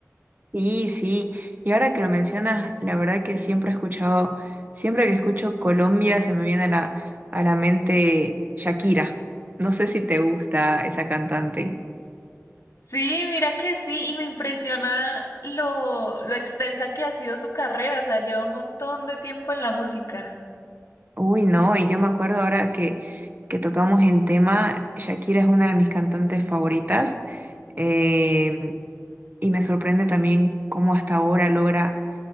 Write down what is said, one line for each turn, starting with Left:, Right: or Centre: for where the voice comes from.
Right: Sí, sí. Y ahora que lo mencionas, la verdad que siempre he escuchado, siempre que escucho Colombia se me viene a la, a la mente Shakira. No sé si te gusta esa cantante.
Left: Sí, mira que sí, y me impresiona lo, lo extensa que ha sido su carrera, o sea, lleva un montón de tiempo en la música.
Right: Uy, no, y yo me acuerdo ahora que, que tocamos el tema, Shakira es una de mis cantantes favoritas. Eh, y me sorprende también cómo hasta ahora logra